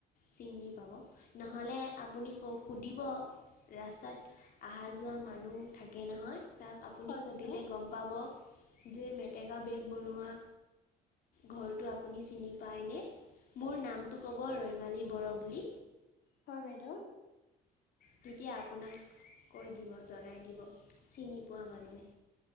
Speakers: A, on the left; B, on the left.
A: চিনি পাব নহ'লে আপুনি সুধিব ৰাস্তাত অহা যোৱা মানুহ থাকে নহয়। তাক আপুনি
B: হয়
A: সুধিলে
B: বাইদেউ
A: গম পাব। যে মেটেকা বেগ বনোৱা ঘৰটো আপুনি চিনি পাই নে? মোৰ নামটো ক'ব ৰৈমালি বড় বুলি।
B: হয় বাইদেউ।
A: তেতিয়া আপোনাক কৈ দিব জনাই দিব চিনি পোৱা মানুহে।